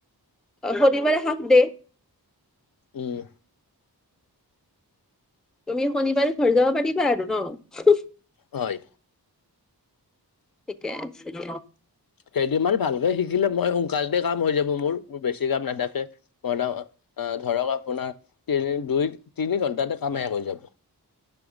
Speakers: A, in the centre; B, on the left (about 60°).
A: শনিবাৰে হাফ ডে?
B: উম।
A: তুমি এই শনিবাৰে ঘৰ যাব পাৰিবা আৰু ন?
B: হয়।
A: ঠিকে আছে <inaudible>
B: কেইদিনমান ভালকে শিকিলে মই সোনকাল ততে কাম হৈ যাব মোৰ, মোৰ বেছি কাম নাথাকে, <unintelligible> ধৰক আপোনাৰ তিনিৰ দুই-তিনি ঘন্টাতে কাম শেষ হয় যাব